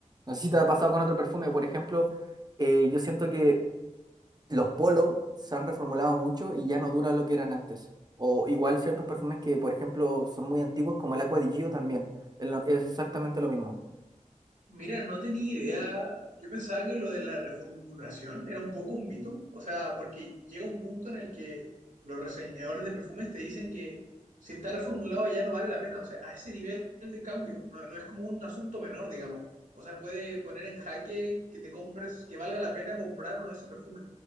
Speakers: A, on the right (about 30°); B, on the right (about 75°).
A: No sé si te ha pasado con otro perfume, por ejemplo, eh, yo siento que los polos se han reformulado mucho y ya no duran lo que eran antes. O igual ciertos perfumes que, por ejemplo, son muy antiguos, como el Aqua di Gio también. Es lo- es exactamente lo mismo.
B: Mira, no tenía idea. Yo pensaba que lo de la reformulación era un poco un mito. O sea, porque llega un punto en el que los reseñadores de perfumes te dicen que si está reformulado ya no vale la pena. O sea, a ese nivel de cambio. No, no es como un asunto menor, digamos. O sea, puede poner en jaque que te compres, que valga la pena comprar o no ese perfume.